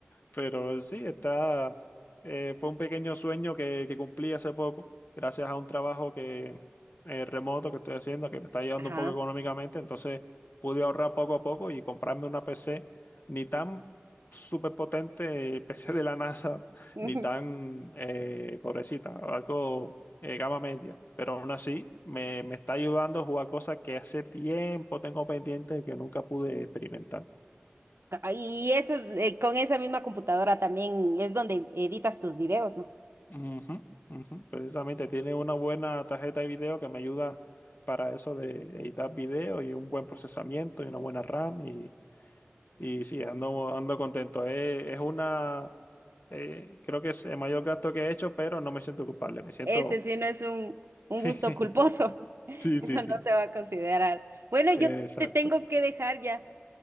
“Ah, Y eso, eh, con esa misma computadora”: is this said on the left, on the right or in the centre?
Right